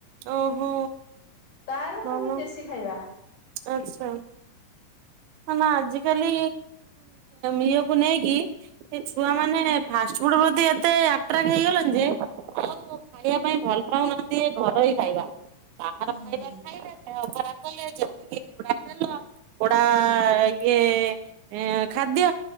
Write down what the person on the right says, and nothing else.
ଓହୋ।
ଭଲ
ଆଚ୍ଛା ନା ନା ଆଜିକାଲି ଇଏକୁ ନେଇକି ଏ ଛୁଆ ମାନେ ଫାଷ୍ଟ ଫୁଡ ପ୍ରତି ଏତେ ଆଟ୍ରାକ୍ ହେଇଗଲେଣି ଯେ ଖାଇବା ପାଇଁ ଭଲ ପାଉନାହାନ୍ତି ଏ ଘରୋଇ ଖାଇବା। ବାହାର
ଖାଇବା ଖାଇଲେ ଦେହ ଖରାପ କଲେ ଯେତିକି ପୋଡା ତେଲ ଆ ଇଏ ଖାଦ୍ୟ